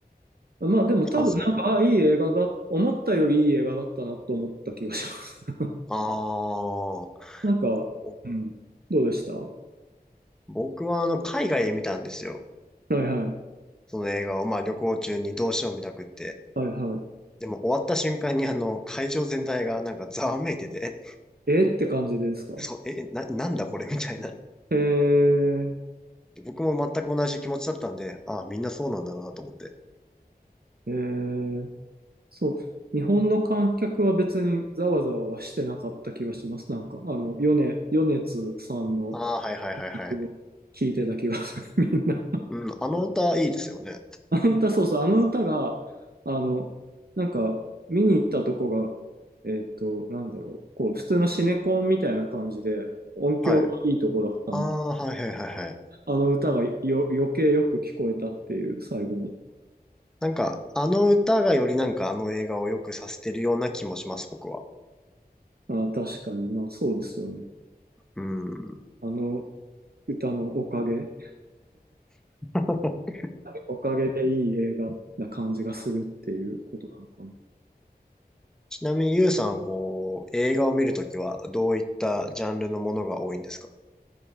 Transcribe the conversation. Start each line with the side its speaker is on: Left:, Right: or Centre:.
Right: まあでも多分なんか、
Centre: 感想
Right: あ、いい映画だ、思ったよりいい映画だったなと思った気がします。<laughs>
Centre: ああ
Right: なんか、
Centre: ー、
Right: うん、どうでしたは
Centre: 僕はあの、海外で見たんですよ。
Right: いはい。
Centre: その映画を、まあ旅行中にどうしよう見たくって。
Right: はいはい。
Centre: でも終わった瞬間にあの、会場全体がなんかざわめいてて、
Right: えーって感じですか
Centre: そう、え、な、なんだこれみたいな。
Right: えー、
Centre: 僕も全く同じ気持ちだったんで、ああ、みんなそうなんだなと思って。
Right: えー、そう。日本の観客は別にざわざわはしてなかった気がします。なんか、あの、米、米津さんの
Centre: ああ、はいはいはいはい。
Right: 曲を聴いてた気がする、<laughs> みんな。
Centre: うん、あの歌いいですよね。
Right: あの歌、そうそう、あの歌が、あの、なんか、見に行ったとこが、えっと、なんだろう、こう、普通のシネコンみたいな感じで、音響がいいとこだったんで、
Centre: はい。ああ、はいはいはいはい。
Right: あの歌がよ余計よく聞こえたっていう、最後に。
Centre: なんか、あの歌がよりなんかあの映画を良くさせてるような気もします、僕は。
Right: あ、確かに、まあそうですよね。
Centre: うん。
Right: あの歌のおかげ、
Centre: <laughs>
Right: おかげでいい映画な感じがするっていうことなのかな。
Centre: ちなみに、ゆうさんはこう、映画を見るときは、どういったジャンルのものが多いんですか